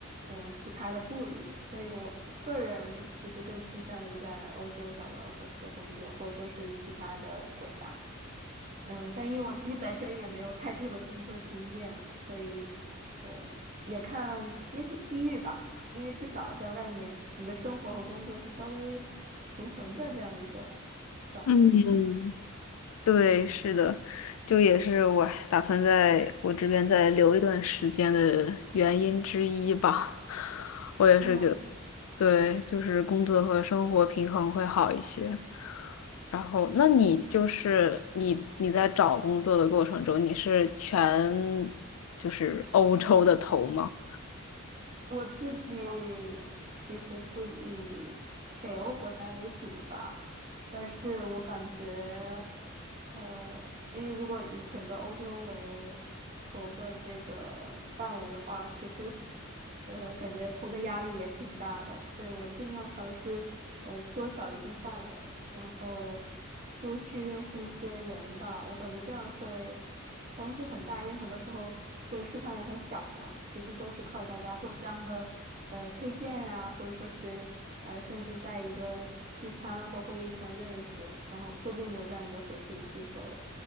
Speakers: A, on the right; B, on the left.
A: 嗯其他的顾虑，所以我个人其实更倾向于在欧洲找到合适的工作，或者说是其他的国家。嗯，但因为我自己本身也没有太多的工作经验，所以嗯也看机会机遇吧，因为至少在外面你的生活和工作是稍微平衡的这样的一种状态。
B: 嗯。对，是的，就也是我打算在我这边再留一段时间的原因之一吧。我也是觉得，
A: 嗯，
B: 对，就是工作和生活平衡会好一些。然后，那你就是你你在找工作的过程中，你是全就是欧洲的头吗？
A: 我自己其实是以北欧国家为主吧，但是我感觉，呃，因为如果以整个欧洲为投的这个范围的话，其实，呃，感觉投的压力也挺大的，所以我尽量尝试，呃，缩小一定范围。然后多去认识一些人吧，我感觉这样会帮助很大，因为很多时候这个市场也很小嘛，其实都是靠大家互相的，呃，推荐啊，或者说是呃，甚至在一个聚餐或会议上认识，然后说不定有这样一个合适的机会了。